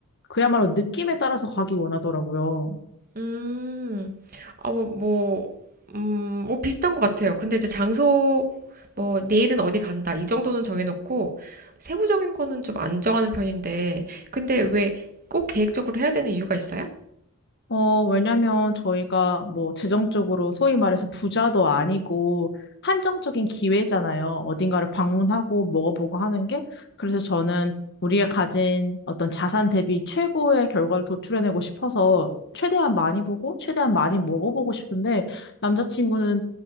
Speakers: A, on the left; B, on the right.
A: 그야말로 느낌에 따라서 가기 원하더라고요.
B: 음, 아, 뭐, 뭐, 음, 뭐 비슷한 것 같아요. 근데 이제 장소, 뭐, 내일은 어디 간다. 이 정도는 정해놓고, 세부적인 거는 좀 안 정하는 편인데, 근데 왜 꼭 계획적으로 해야 되는 이유가 있어요?
A: 어, 왜냐면 저희가 뭐 재정적으로 소위 말해서 부자도 아니고 한정적인 기회잖아요. 어딘가를 방문하고 먹어보고 하는 게. 그래서 저는 우리가 가진 어떤 자산 대비 최고의 결과를 도출해내고 싶어서 최대한 많이 보고 최대한 많이 먹어보고 싶은데 남자친구는